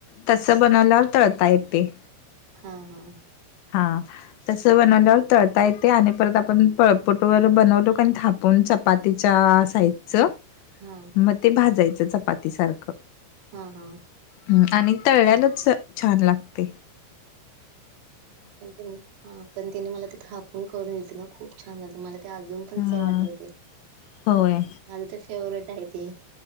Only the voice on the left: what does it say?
तस बनवल्यावर तळता येतेय.
हा. तस बनवल्यावर तळता येतेय आणि परत आपण पळपुट वर बनवलो कणी थापून चप चपातीच्या साइजचं
म ते भाजायचं चपाती सारखं.
ह आणि तळल्यालच छान लागतय.
हा
होय